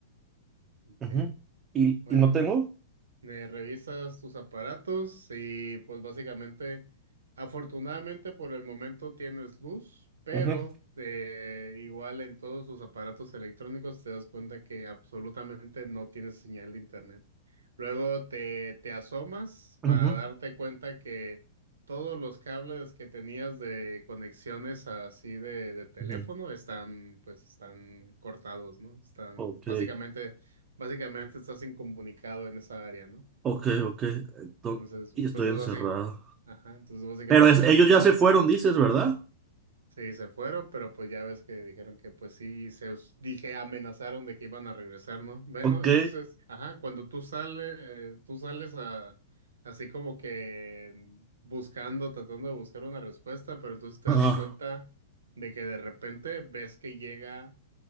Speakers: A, on the right; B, on the right.
A: ok.
B: Ujú. ¿Y,
A: Bueno.
B: y no tengo?
A: eh, revisas tus aparatos y pues básicamente, afortunadamente por el momento tienes luz, pero
B: Ujú,
A: eh, igual en todos tus aparatos electrónicos te das cuenta que absolutamente no tienes señal de internet. Luego te, te asomas
B: ujú,
A: para darte cuenta que todos los cables que tenías de conexiones así de, de teléfono
B: ujú.
A: están, pues están cortados, ¿no? Están
B: Ok,
A: básicamente... Básicamente estás incomunicado en esa área, ¿no?
B: ok, ok. Enton-
A: Entonces,
B: y
A: entonces
B: estoy encerrado.
A: básicamente, ajá, entonces básicamente
B: Pero es- ellos
A: sí,
B: ya se fueron, dices, ¿verdad?
A: sí se fueron, pero pues ya ves que dijeron que pues sí, se os- dije, amenazaron de que iban a regresar, ¿no? Bueno,
B: Ok.
A: entonces, ajá, cuando tú sales, eh, tú sales a, así como que mm, buscando, tratando de buscar una respuesta, pero entonces te
B: Ajá.
A: das cuenta de que de repente ves que llega